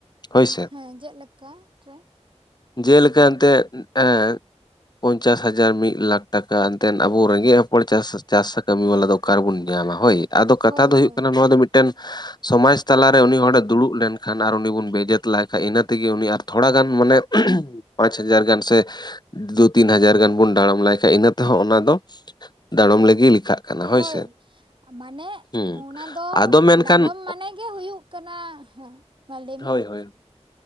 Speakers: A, on the left (about 35°); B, on the right (about 45°).
A: ᱦᱳᱭ ᱥᱮ᱾
B: ᱦᱮᱸ ᱪᱮᱫ ᱞᱮᱠᱟ ᱨᱮ?
A: ᱡᱮᱞᱮᱠᱟ ᱮᱱᱛᱮᱫ ᱮᱸᱻ ᱯᱚᱧᱪᱟᱥ ᱦᱟᱡᱟᱨ, ᱢᱤᱫ ᱞᱟᱠᱷ ᱴᱟᱠᱟ ᱮᱱᱛᱮᱫ ᱟᱵᱚ ᱨᱮᱸᱜᱮᱡ ᱦᱚᱯᱚᱱ ᱪᱟᱥ ᱪᱟᱥ ᱠᱟᱹᱢᱤ ᱵᱟᱞᱟ ᱫᱚ ᱚᱠᱟᱨᱮᱵᱚᱱ ᱧᱟᱢᱟ ᱦᱳᱭ, ᱟᱫᱚ ᱠᱟᱛᱷᱟ
B: ᱦᱳᱭ
A: ᱫᱚ ᱦᱩᱭᱩᱜ
B: ᱦᱳᱭ
A: ᱠᱟᱱᱟ
B: ᱦᱳᱭ
A: ᱱᱚᱣᱟ ᱫᱚ ᱢᱤᱫᱴᱮᱱ ᱥᱚᱢᱟᱡᱽ ᱛᱟᱞᱟ ᱨᱮ ᱩᱱᱤ ᱦᱚᱲᱮ ᱫᱩᱲᱩᱵ ᱞᱮᱱᱠᱷᱟᱱ ᱟᱨ ᱩᱱᱤ ᱵᱚᱱ ᱵᱮᱡᱮᱫ ᱮᱠᱞᱟᱭ ᱠᱷᱟᱡ ᱤᱱᱟᱹ ᱛᱮᱜᱮ ᱩᱱᱤ ᱛᱷᱚᱲᱟ ᱜᱟᱱ ᱢᱟᱱᱮ ᱯᱟᱸᱪ ᱦᱟᱡᱟᱨ ᱜᱟᱱ ᱥᱮ ᱫᱩ ᱛᱤᱱ ᱦᱟᱡᱟᱨ ᱜᱟᱱ ᱵᱚᱱ ᱰᱟᱲᱚᱢ ᱞᱟᱭᱠᱷᱟᱡ ᱤᱱᱟᱹ ᱛᱮᱦᱚᱸ ᱚᱱᱟ ᱫᱚ ᱰᱟᱲᱚᱢ ᱨᱮᱜᱮ ᱞᱮᱠᱷᱟᱜ᱾ ᱠᱟᱱᱟ
B: ᱦᱳᱭ,
A: ᱥᱮ
B: ᱢᱟᱱᱮ
A: ᱦᱩᱸ
B: ᱚᱱᱟ ᱫᱚ
A: ᱟᱫᱚ ᱢᱮᱱᱠᱷᱟᱱ
B: ᱰᱟᱸᱰᱚᱢ ᱢᱟᱱᱮ ᱜᱮ ᱦᱩᱭᱩᱜ ᱠᱟᱱᱟ ᱦᱮᱸ᱾ ᱢᱟ ᱞᱟᱹᱭ
A: ᱦᱳᱭ
B: ᱢᱮ
A: ᱦᱳᱭ ᱾